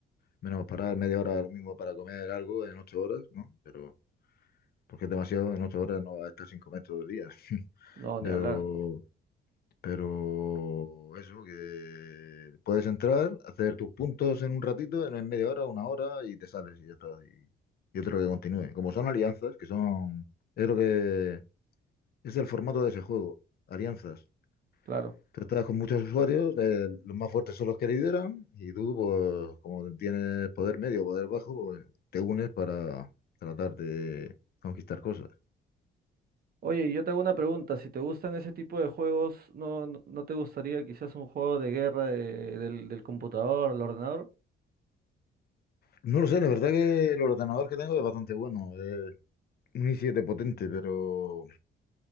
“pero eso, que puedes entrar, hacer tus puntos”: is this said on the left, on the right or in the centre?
Left